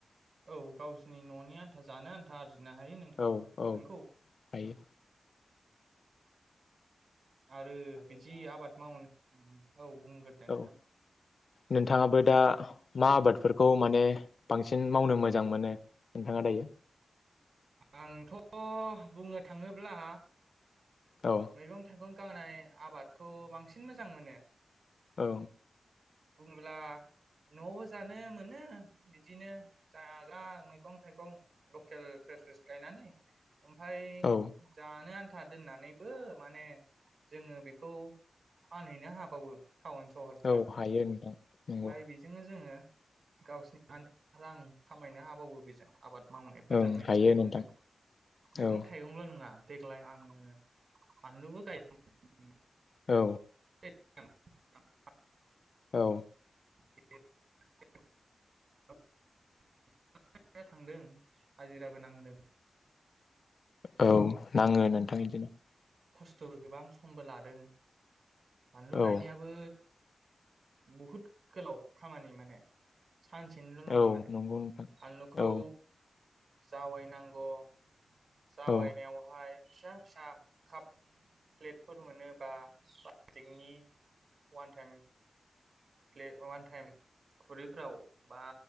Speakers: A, on the right (about 65°); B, on the left (about 60°).
A: औ गावसिनि न'नि आन्था जानो आन्था। जिनो हायो नोंथां
B: औ
A: नोंगौ।
B: औ हायो
A: आरो बिदि आबाद मावन औ बुंग्रोदो दे नोंथां
B: औ नोंथाङाबो दा मा आबादफोरखौ माने बांसिन मावनो मोजां मोनो नोंथाङा दायो?
A: आंथ' बुंनो थाङोब्ला
B: औ
A: मैगं थाइगं गांनाय आबादखौ बांसिन मोजां मोनो
B: औ
A: बुङोब्ला न'आवबो जानो मोनो बिदिनो जाग्रा मैगं थाइगं लकेल फ्रेस फ्रेस गायनानै ओमफाय
B: औ
A: जानो आन था दोननानै बो माने जोङो बेखौ फानहैनो हाबावो टाउन सहरफोराव
B: औ हायो नोंथां नंगौ
A: ओमफाय बेजोंनो जोङो गावसिनि रां खामायनो हाबावो बेजों आबाद मावनायफोरजों
B: ओं
A: मैगं
B: हायो
A: थाइगंजों
B: नोंथां
A: मैगं
B: औ
A: थाइगंल' नङा देग्लाय आङो फानलुबो गाय
B: औ
A: <unintelligible>
B: औ
A: <unintelligible> <unintelligible> थांदों हाजिराबो नांदों
B: औ नाङो नोंथां बिदिनो
A: सोबो गोबां समबो लादों फानलु
B: औ
A: गायनायाबो बुहुद गोलाव खामानि माने सानसेनिल' नङा
B: औ
A: माने
B: नंगौ नोंथां
A: बानलुखौ
B: औ
A: जावाय नांगौ जावायनायावहाय
B: औ
A: फिसा फिसा काप प्लेटफोर मोनो बा प्लास्टिकनि अवान टाइम फ्ले अवान टाइम खुरैफोराव बा